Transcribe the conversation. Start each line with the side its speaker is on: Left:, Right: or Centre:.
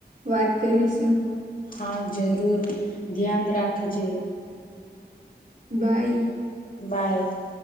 Right: વાત કરી તસો
Left: હા જરૂર ધ્યાન રાખજે
Right: બઈ
Left: બાય